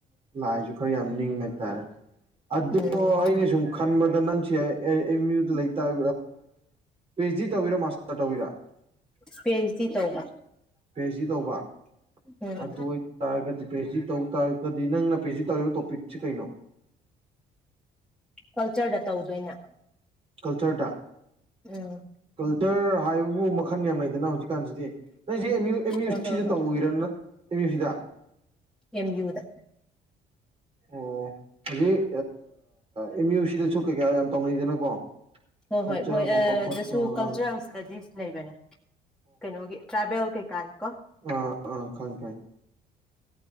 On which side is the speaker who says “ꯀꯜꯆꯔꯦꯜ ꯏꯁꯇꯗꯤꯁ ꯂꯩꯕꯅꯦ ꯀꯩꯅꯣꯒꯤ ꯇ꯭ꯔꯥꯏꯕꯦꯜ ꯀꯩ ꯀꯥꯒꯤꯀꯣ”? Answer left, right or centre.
Centre